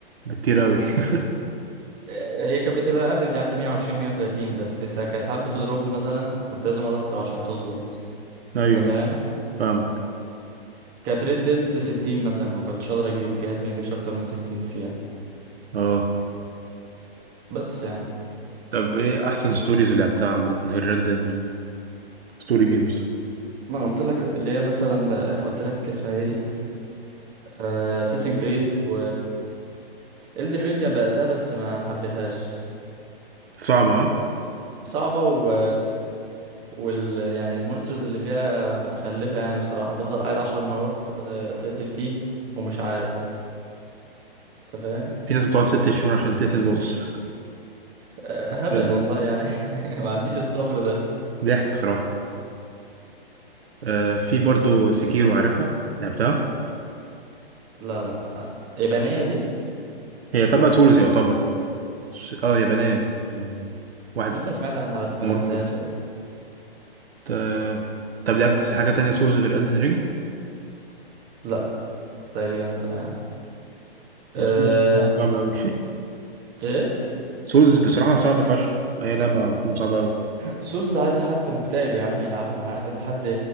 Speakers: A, on the right; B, on the right.
A: ده كتير قوي <laughs>
B: طب آه، هي كانت بتبقى افريج عندي 120 130 بس سا- كانت ساعات بتضرب مثلا كنت لازم ارستر عشان تظبط
A: ايوه أيوة،
B: انت فاهم
A: فاهمك
B: كانت ريد ديد 60 مثلا ما كنتش اقدر اجيب جهاز ما يجيبش اكتر من 60 فيها
A: اه
B: بس يعني
A: طب ايه احسن ستوريز اللي لعبتها عامة غير ريد ديد ستوري جيمز
B: ما انا قلت لك اللي هي مثلا قلت لك اسمها ايه دي اساسن كريد و إلدر رينج انا بدأتها بس ما حبيتهاش
A: صعبة ها
B: صعبة و... وال يعني المونسترز اللي فيها متخلفة يعني بصراحة تفضل قاعد عشر مرات آه، تقتل فيه ومش عارف انت فاهم
A: في ناس بتقعد ست شهور عشان تقتل البوس
B: آه، هبل
A: يعني
B: والله يعني <laughs> ما عنديش الصبر ده
A: <laughs> ضحك بصراحة آه في برضو سكيرو عارفها لعبتها
B: لا لا آه، يابانية دي
A: هي تبع سولز يعتبر س- اه يابانية آه واحد
B: ممكن سمعت عنها بس
A: مرة
B: ما لعبتهاش أيوة.
A: آه طب لعبت حاجة تانية سولز غير ألدن رينج
B: لا تقريبا لا يعني أه...
A: هي سولز بصراحة صعبة أوي <laughs>
B: ايه
A: سولز بصراحة صعبة فشخ هي لعبة بتكون صعبة أوي
B: سولز عايز حد مكتئب يا عم يلعبها عايز حد